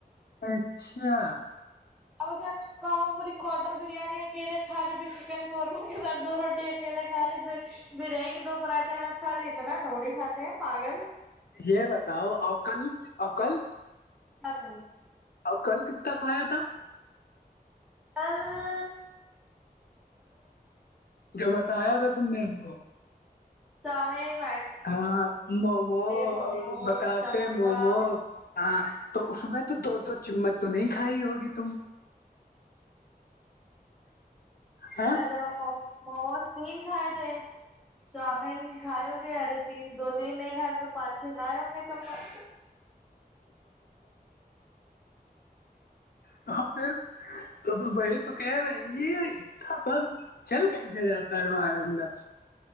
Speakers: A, on the left; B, in the centre.
A: اچھا
B: اب کوم پور کواٹر بریانی آکے خالی پ چن قورمہ کے بعد دو روٹی اکیلے کھا لی پھر بریئی کے دو پراٹھے الگ کھا لیے اتنا دوڑی کھاتے ہیں پاگل
A: یہ بتاؤ اوکل اوکل
B: کن
A: اور کل کت تک آیا تھا
B: ہاں
A: جو بتایا تھا تم نے ہم کو
B: توامین
A: ہاں مومو
B: موموز
A: بتاس
B: سموسا
A: مومو ہاں تو اس میں تو دو دو چمت تو نہیں کھائی ہوگی تم ہاں
B: دیک موموز تین کھائے تھے چاؤمین کھائے گے ارے تین دو تین نہیں کھائےے تو پانچ چھ کھائے ہ گے چمچ
A: تو پھر تو بھائی تو کہہ رہے یہ اتنا سب چل کرسے جاتا ہے تمہارے اندر